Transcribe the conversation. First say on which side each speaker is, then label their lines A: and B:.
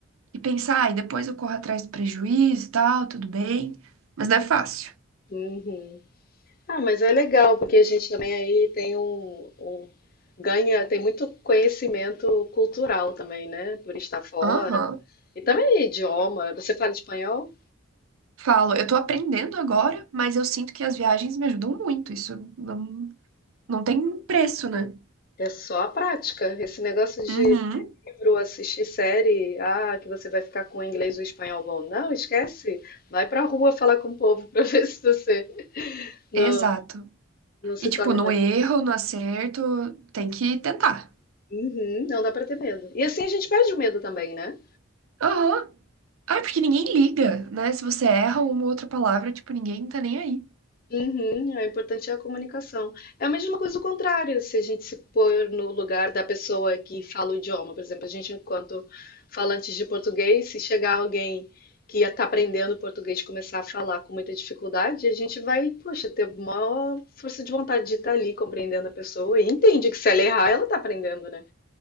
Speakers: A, on the right; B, on the left.
A: e pensar, ai, depois eu corro atrás do prejuízo e tal, tudo bem. Mas não é fácil.
B: Uhum. Ah, mas é legal, porque a gente também aí tem um, um- ganha, tem muito conhecimento cultural também, né? Por estar fora.
A: Aham.
B: E também idioma. Você fala espanhol?
A: Falo, eu tô aprendendo agora, mas eu sinto que as viagens me ajudam muito. Isso não, não tem preço, né?
B: É só a prática. Esse negócio de
A: Uhum,
B: livro, assistir série, ah, que você vai ficar com o inglês e o espanhol bom. Não, esquece. Vai pra rua falar com o povo pra <laughs> ver se você não,
A: exato.
B: não se
A: E, tipo,
B: torna
A: no
B: mais.
A: erro, no acerto, tem que tentar.
B: Uhum, não dá pra ter medo. E assim a gente perde o medo também, né?
A: Aham. Ah, porque ninguém liga, né? Se você erra uma outra palavra, tipo, ninguém tá nem aí.
B: Uhum, é importante é a comunicação. É a mesma coisa o contrário, se a gente se pôr no lugar da pessoa que fala o idioma, por exemplo, a gente enquanto falantes de português, se chegar alguém que está aprendendo português e começar a falar com muita dificuldade, a gente vai, poxa, ter maior força de vontade de estar ali compreendendo a pessoa e entende que se ela errar, ela está aprendendo, né?